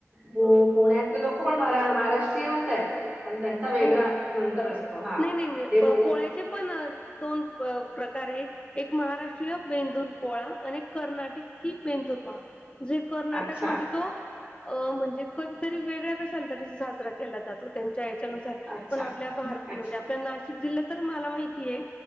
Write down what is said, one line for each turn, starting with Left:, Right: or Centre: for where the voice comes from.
Right: पु-पुण्यातले लोक पण मरा-महाराष्ट्रीयनच आहेत, पण त्यां चा वेगळा
Left: हो
Right: नंतर असतो हां,
Left: नाही नाही नाही
Right: ते
Left: प
Right: मला
Left: पोळ्याचे पण दोन प-प्रकारे एक महाराष्ट्र ष्ट्रीय बेंदूर पोळा आणि कर्नाटिकी बेंदूर पोळा, जे कर्नाटक
Right: अच्छा
Left: मध्ये तो अ म्हणजे कधीतरी वेगळ्या कशाला तरी साजरा केला जातो, त्यांच्या याच्यानुसार
Right: अच्छा
Left: पण आपल्या भार, म्हणजे
Right: अच्छा
Left: आपल्या नाशिक जिल्हात तर मला माहितीये